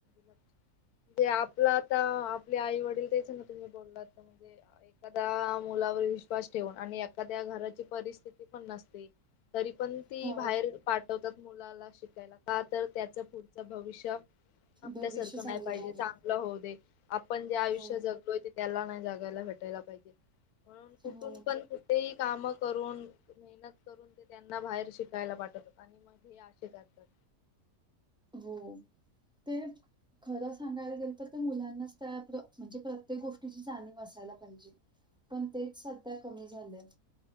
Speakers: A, on the left (about 75°); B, in the centre.
A: म्हणजे आपला आता आपले आई वडील तेच ना तुम्ही बोललाता म्हणजे एखाद्या मुलावर विश्वास ठेवून आणि एखाद्या घराची परिस्थिती पण नसते तरी पण ती
B: हो
A: बाहेर पाठवतात मुलाला शिकला का तर त्याच पुढचं भविष्य आपल्यासारखं
B: भविष्य चांगलं
A: नाही पाहिजे
B: व्हावं.
A: चांगलं होऊ दे आपण जे आयुष्य
B: हो
A: जगलो होते त्याला नाही जगायला भेटायला पाहिजे. म्हणून कुठून
B: हो
A: पण ते ही काम करून मेहनत करून ते त्यांना बाहेर शिकायला पाठतात आणि मग हे आशेच करतात
B: हो ते खरं सांगायला गेल तर ते मुलांनाच त्या म्हणजे प्रत्येक गोष्टीची जाणीव असयला पाहिजे. पण तेच संध्या कमी झालंय